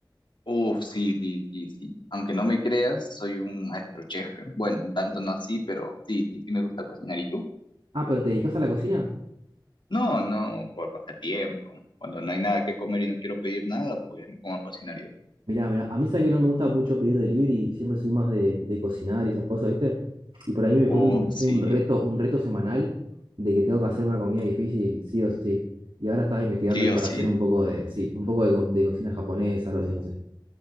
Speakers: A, on the left; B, on the right.
A: Uf, sí, sí, sí, sí. Aunque no me creas, soy un maestro chef. ¿eh? Bueno, tanto no así, pero sí, sí, sí me gusta cocinar. ¿Y tú?
B: Ah, pero ¿te dedicas a la cocina?
A: No, no, por pasatiempo. Cuando no hay nada que comer y no quiero pedir nada, pues me pongo a cocinar yo.
B: Mirá, mirá, a mí sabe que no me gusta mucho pedir delivery, siempre soy más de, de cocinar y esas cosas, ¿viste? Y por ahí me pongo
A: Uf,
B: un,
A: sí,
B: un reto, un reto semanal de que tengo que hacer una comida difícil, sí o sí. Y ahora estaba investigando
A: sí
B: ahí
A: o
B: para
A: sí.
B: hacer un poco de, sí, un poco de, co- de cocina japonesa, algo así, no sé.